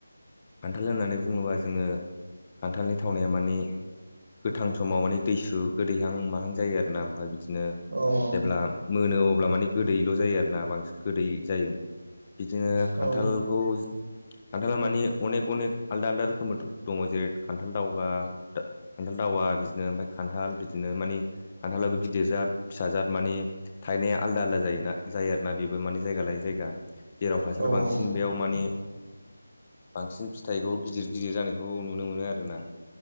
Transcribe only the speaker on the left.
खान्थाल होननानै बुङोबा जोङो खान्थालनि थावनाया मानि गोथां समाव मानि दैसु। गोदैहां माहां जायो आरोना। ओमफाय बिदिनो
जेब्ला मोनो अब्ला मानि गोदैल' जायो आरोना बांसि गोदै जायो। बिदिनो
खान्थालखौ खान्थाला मानि अनेक अनेक आलदा आलदा रोख <unintelligible> दङ जेरै खान्थाल दावहा दा खान्थाल दावा बिदिनो ओमफाय खान्थाल बिदिनो मानि खान्थालाबो गिदिर जाद फिसाजाद मानि थायनाया आलादा आलादा जायो ना जायो आरोना बेबो मानि जायगा लाय जायगा जेराव हासार
बांसिन
बेयाव मानि बांसिन फिथाइखौ गिदिर गिदिर जानायखौ नुनो मोनो आरोना।